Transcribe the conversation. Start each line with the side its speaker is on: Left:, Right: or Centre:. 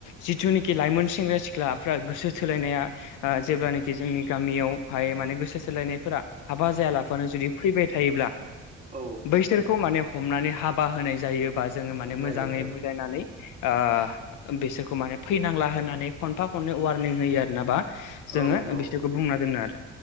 Left: जिथुनोखि लाइमोन सेंग्रा सिख्लाफ्रा गोसो थोलायनाया ओ जेब्लानोखि जोंनि गामियाव हाय माने गोसो थोलायनायफोरा हाबा जाया लाफानो जुदि फैबाय थायोब्ला
Right: औ
Left: बैसोरखौ माने हमनानै हाबा होनाय जायोबा जोङो माने
Right: जायो
Left: मोजाङै
Right: जायो
Left: बुजायनानै ओ बिसोरखौ माने फैनांला होनानै खनफा खननै वारनिं होयो आरोना बा
Right: औ
Left: जोङो
Right: औ
Left: बिसोरखौ बुंना दोनो आरो।